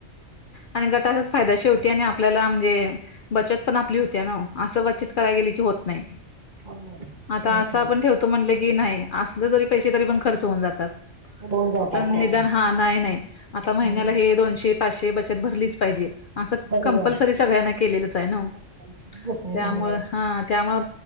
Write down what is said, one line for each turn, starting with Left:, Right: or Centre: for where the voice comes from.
Left: आणि गटचाच फायदा शेवटी आणि आपल्याला म्हणजे बचत पण आपली होती न असं बचत करायला गेले की होत नाही
Right: होत
Left: आता असं
Right: नाही
Left: आपण ठेवतो म्हटलं की नाही असल जरी पैसे तरी पण खर्च होऊन जातात
Right: होऊन जातात
Left: पण
Right: होय
Left: निदान हा नाही नाही आता महिन्या
Right: हम्म
Left: दोनशे पाचशे बचत भरलीच पाहिजे असं
Right: होय
Left: कंपल्सरी
Right: होय
Left: सगळ्यांना केलेलंच आहे ना
Right: कंपल्सरी होतंय
Left: त्यामु
Right: होय
Left: हा त्यामु